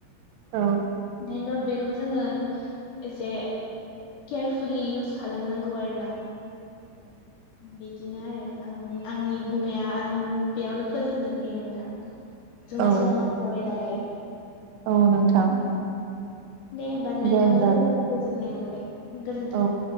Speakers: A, on the right (about 80°); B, on the left (about 60°).
A: औ
B: बेखायनोथ' बेखौबो जोङो एसे केयारफुललि इउस खालामनांगौ आरो ना बिदिनो आरो आं आंनि बुंनाया आं बेयावनो फोजोबनोसै नोंथां जोंना
A: औ
B: समाज जाबाय नालाय
A: औ नोंथां
B: दे होमबा नोंथांजों
A: दे होमबा
B: रायलायनानै गोजोननाय मोनबाय गोजोन्थों।
A: औ